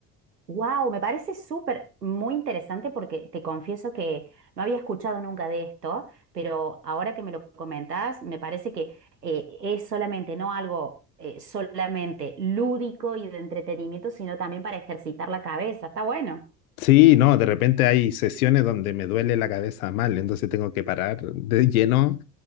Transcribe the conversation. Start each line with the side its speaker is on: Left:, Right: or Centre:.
Right: wow, me parece súper muy interesante porque te confieso que no había escuchado nunca de esto, pero ahora que me lo comentás, me parece que eh, es solamente, no algo eh, solamente lúdico y de entretenimiento, sino también para ejercitar la cabeza. Está bueno.
Left: Sí, no, de repente hay sesiones donde me duele la cabeza mal, entonces tengo que parar de lleno